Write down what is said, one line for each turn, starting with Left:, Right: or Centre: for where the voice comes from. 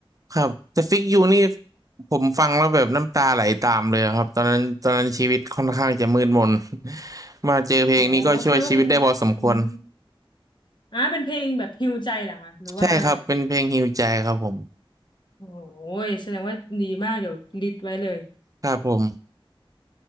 Right: ครับแต่ Fix You นี่ผมฟังแล้วแบบน้ำตาไหลตามเลยครับตอนนั้นตอนนั้นชีวิตค่อนข้างจะมืดมน <laughs> มาเจอเพลงนี้ก็ช่วยชีวิตได้พอสมควร
Left: อ๋อแสดงว่าเป็นอืมอ่าเป็นเพลงแบบฮีลใจเหรอคะหรือว่าอะไร
Right: ใช่ครับเป็นเพลงฮีลใจครับผม
Left: โอ้ยแสดงว่าดีมากเดี๋ยวลิสต์ไว้เลย
Right: ครับผม